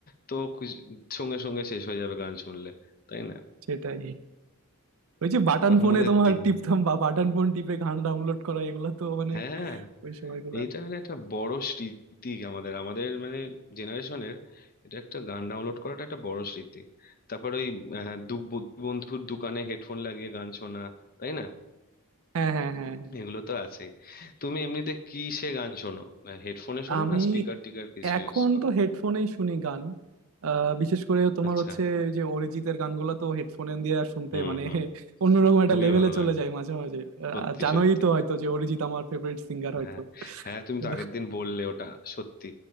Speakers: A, on the left; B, on the right.
A: তো কিছু- সঙ্গে সঙ্গে শেষ হয়ে যাবে গান শুনলে তাই না
B: সেটাই ওই যে বাটন
A: তখন
B: ফোনে
A: ওদের
B: তোমার
A: দিন
B: টিপতাম বা বাটন ফোন টিপে গান ডাউনলোড করা এগুলা তো মানে
A: হ্যাঁ হ্যাঁ,
B: ওই সময়গুলা
A: এইটা মানে একটা বড় স্মৃতি আমাদের আমাদের মানে জেনারেশনের এটা একটা গান ডাউনলোড করাটা একটা বড় স্মৃতি তারপর ওই আহ, দু ব- বন্ধুর দোকানে হেডফোন লাগিয়ে গান শোনা তাই না
B: হ্যাঁ হ্যাঁ হ্যাঁ হ্যাঁ
A: এগুলো তো আছে তুমি এমনিতে কিসে গান শোনো হেডফোনে শোনো
B: আমি
A: না স্পিকার টিকার কিছু
B: এখন
A: ইউজ করো
B: তো হেডফোনেই শুনি গান আহ, বিশেষ করে তোমার
A: আচ্ছা
B: হচ্ছে ওই যে অরিজিতের গানগুলা তো হেডফোনে দিয়ে আর শুনতে
A: হুম
B: মানে <laughs>
A: হুম
B: অন্যরকম একটা
A: খুবই
B: লেভেলে
A: ভালো লাগে
B: চলে যায় মাঝে মাঝে আহ,
A: সত্যি
B: জানোই
A: সত্যি
B: তো হয়তো যে অরিজিৎ আমার ফেভারিট সিঙ্গার হয়তো
A: হ্যাঁ
B: <laughs>
A: হ্যাঁ তুমি
B: তো
A: তো আগের দিন বললে ওটা সত্যি